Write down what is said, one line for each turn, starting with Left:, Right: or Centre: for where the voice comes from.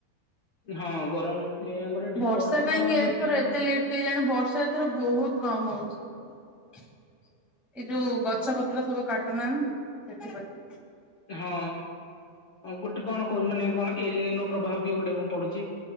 Left: ହଁ ଗରମ ଏଇ ଆମର ଏଠି
Centre: ବର୍ଷା
Left: ପର ଦିନ
Centre: କାହିଁକି
Left: ହେଇଥିଲା।
Centre: ଏଥର ଏତେ ଲେଟ୍ କେଜାଣି ବର୍ଷା ଏଥର ବହୁତ କମ୍ ହଉଛି। ଏଇ ଯୋଉ ଗଛ ପତ୍ର ସବୁ କାଟୁନାହାନ୍ତି ସେଥିପାଇଁ।
Left: ହଁ ଗୋଟେ କଣ କ ମାନେ କଣ ଏଲିନ ପ୍ରଭାବ ବି ଗୋଟେ କଣ ପଡୁଛି?